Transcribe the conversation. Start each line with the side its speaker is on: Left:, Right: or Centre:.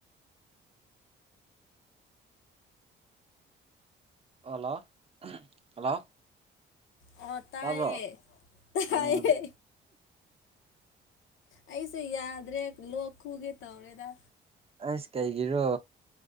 Right: ꯑꯣꯜꯂꯣ ꯍꯜꯂꯣ
Left: ꯑꯣ ꯇꯥꯏꯌꯦ
Right: ꯇꯥꯕ꯭ꯔꯣ
Left: ꯇꯥꯏꯌꯦ
Right: ꯎꯝ
Left: ꯑꯩꯁꯨ ꯌꯥꯗ꯭ꯔꯦ ꯂꯣꯛ ꯈꯨꯒꯦ ꯇꯧꯔꯦꯗ
Right: ꯑꯩꯁ ꯀꯩꯒꯤꯔꯣ